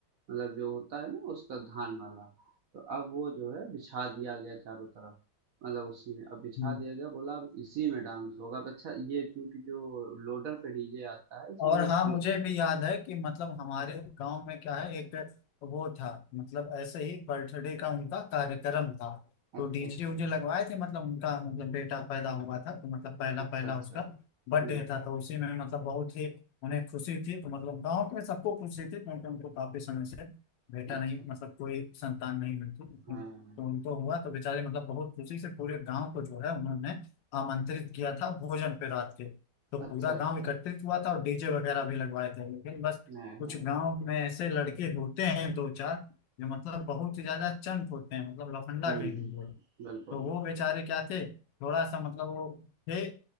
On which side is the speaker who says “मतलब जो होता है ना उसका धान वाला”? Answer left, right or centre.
Right